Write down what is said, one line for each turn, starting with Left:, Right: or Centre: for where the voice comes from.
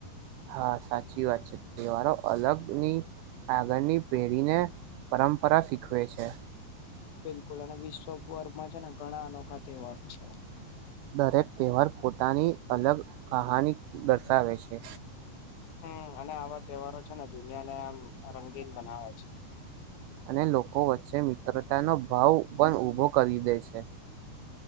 Right: હા સાચી વાત છે તહેવારો અલગ ની આગળની પેઢીને પરંપરા શીખવે છે.
Left: બિલકુલ અને વિશ્વ ભર માં છે ને ઘણા અનોખા તહેવારો છે.
Right: દરેક તહેવાર પોતાની અલગ કહાની દર્શાવે છે.
Left: હમ અને આવા તહેવારો છે ને દુનિયા ને આમ રંગીન બનાવે છે.
Right: અને લોકો વચ્ચે મિત્રતાનો ભાવ પણ ઊભો કરી દે છે.